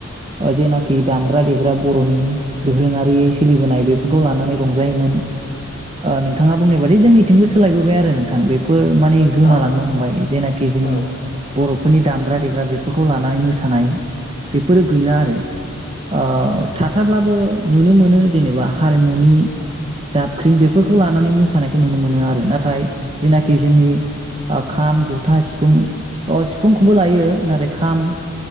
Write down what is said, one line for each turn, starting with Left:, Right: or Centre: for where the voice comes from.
Right: जेनाखि दामग्रा देग्रा बर'नि दोरोङारि सोलिबोनाय बेफोरखौ लानानै रंजायोमोन ओ नोंथाङा बुंनाय बादि जोंनिथिंबो सोलायबोबाय आरो नोंथां बेफोर‌ माने गोमालांनो
Left: अ
Right: हमबाय जेनाखि जोंनि
Left: औ ओ
Right: बर'फोरनि दामग्रा दे ग्रा बेफोरखौ लानानै मोसानाय बेफोरो गैला आरो ओ
Left: आतसा
Right: थाथाब्लाबो नुनो मोनो जेनेबा हारिमुनि जाबख्रिं बेफोरखौ लानानै मोसानायखौ नुनो मोनो आरो नाथाय जेनाखि जोंनि खाम ज था सिफुं अ सिफुंखौबो लायो नाथाय खाम